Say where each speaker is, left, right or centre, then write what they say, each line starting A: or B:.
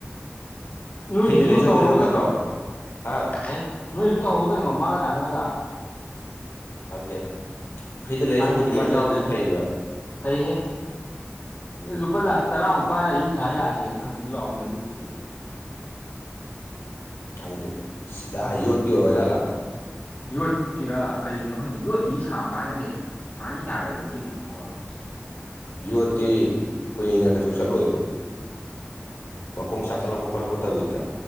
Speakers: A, on the left; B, on the left.
A: ꯅꯣꯏꯒꯤꯁꯨ
B: ꯐ꯭ꯔꯤꯗ ꯂꯩ ꯁꯔꯨꯛꯄꯨꯗꯤ
A: ꯇꯧꯍꯧꯔꯣ
B: ꯑꯗꯨꯅ
A: ꯀꯩꯅꯣ
B: ꯐꯠꯇ꯭ꯔꯣ ꯍꯥ
A: ꯍ ꯅꯣꯏꯁꯨ ꯇꯧꯍꯧꯔꯣ ꯀꯩꯅꯣ ꯃꯥꯒ ꯇꯥꯟꯅꯔ ꯀ
B: ꯑꯇꯦ ꯐ꯭ꯔꯤꯗ ꯂꯩꯔꯤ
A: ꯑꯥꯔꯀꯤꯇꯦꯛ
B: ꯁꯄꯨꯗꯤ ꯃꯥꯁ ꯑꯩꯗꯨꯁꯨ
A: ꯌꯥꯎꯔꯦ
B: ꯐꯩꯌꯦꯕ
A: ꯐꯩꯍꯦ
B: ꯎꯝ
A: ꯂꯨꯄꯥ ꯂꯥꯛ ꯇꯔꯥꯃꯨꯛ ꯄꯥꯏꯔ ꯌꯨꯝꯁꯥ ꯌꯥꯔꯦꯅ ꯍꯧꯖꯤꯛ ꯂꯥꯎꯅꯔꯤꯗꯨꯗꯤ
B: ꯊꯪꯗꯦ ꯑ ꯌꯣꯠ ꯄꯤ ꯑꯣꯏꯔꯣꯏꯖꯂ
A: ꯌꯣꯠꯀꯤꯔꯥ ꯀꯔꯤꯒꯤꯅꯣ ꯈꯪꯗꯦ ꯌꯣꯠꯀꯤꯗꯤ ꯁꯥꯛ ꯀꯥꯟꯅꯗꯦꯗ ꯁꯥꯅꯤ ꯁꯥꯔꯗꯤ
B: ꯎꯝ
A: ꯆꯦꯛꯀꯤ ꯁꯥꯍꯧꯒꯗꯧꯅꯤ
B: ꯌ ꯇ ꯀꯨꯏꯅ ꯀꯩꯁꯨ ꯆꯠꯂꯣꯏꯕ ꯃꯈꯣꯡ ꯆꯥꯊꯠꯂꯛꯄ
A: ꯆꯠ
B: ꯈꯣꯠꯂꯛꯄ ꯇꯧꯋꯏꯗꯅ